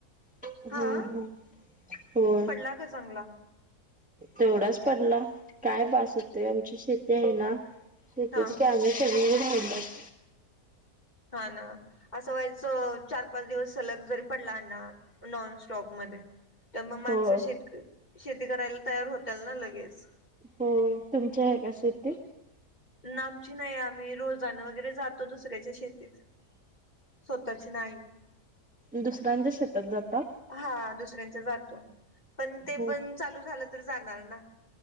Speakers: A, in the centre; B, on the left.
A: हूं
B: हा
A: हूं होय.
B: पडला का चांगला
A: तेवढाच पडला काय बास होतोय. आमची शेती आहे ना शेतीची
B: हा
A: कॅम सगळी राहिल्यात.
B: हा ना असं व्हायचं चार पाच दिवस सलग जरी पडला ना नॉन सटॉपमध्ये त मग माणसं
A: होय
B: शेत शेती करायला तयार होत्याल ना लगेच.
A: होय तुमची आहे का शेती
B: ना आमची नाही आम्ही रोजान वगैरे जातो दुसऱ्याच्या शेतीत स्वतःची नाही
A: दुसऱ्यांच्या शेतात जाता
B: हा दुसऱ्यांच्या जातो पण ते
A: हो
B: पण चालू झालं तर जाणार ना